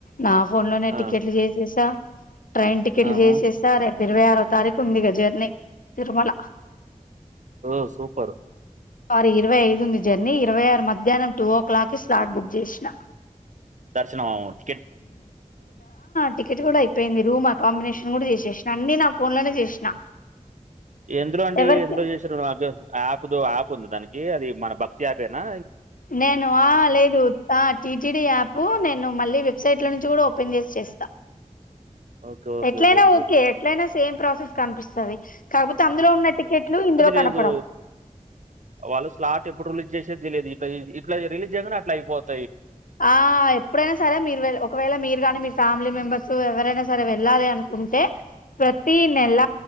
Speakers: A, on the left (about 90°); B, on the right (about 65°).
A: నా ఫోన్ లోనే
B: ఆ,
A: టికెట్లు చేసేసా ట్రైన్ టికెట్లు
B: ఆహా
A: చేసేసా రేపు ఇరవై ఆరో తారీఖు ఉందిగా జర్నీ తిరుమల
B: ఓ సూపర్
A: సోరి ఇరవై ఐదుంది జర్నీ ఇరవై ఆరు మధ్యాహ్నం టూ ఓ క్లాక్కి స్లాట్ బుక్ చేసిన
B: దర్శనం అ
A: టికెట్ కూడా అయిపోయింది రూమ్ అకాంబినేషన్ నను కూడా చేసేసిన అన్ని నా ఫోన్ లోనే చేసిన
B: ఎందులో అండి
A: ఎవరికి
B: ఎందులో చేసారు యాప్ దో యాప్ ఉంది దానికి అది మన భక్తి అప్ ఎ నా
A: నేను ఆ లేదు ఆ టీటీడీ యాప్ నేను మళ్ళీ వెబ్సైట్ లో నుంచి ఓపెన్ చేసి చేస్తా
B: ఓకే ఓకే
A: ఎట్లయినా
B: గుడ్
A: ఓకే
B: గుడ్
A: ఎట్లయినా సేమ్ ప్రాసెస్ కనిపిస్తుంది కాకపోతే అందులో ఉన్న టికెట్లు ఇందులో కనపడవు
B: లేదు వాళ్ళు స్లాట్ ఎప్పుడు రిలీజ్ చేసేది తెలిదు ఇట్లా రిలీజ్ అట్లా అయిపోతుంది
A: ఆ ఎప్పుడైనా సరే మీరు ఒకవేళ మీరు ని మీ ఫ్యామిలీ మెంబర్స్ ఎవరైనారే సరే వెళ్ళాలి అనుకుంటే ప్రతీ నెల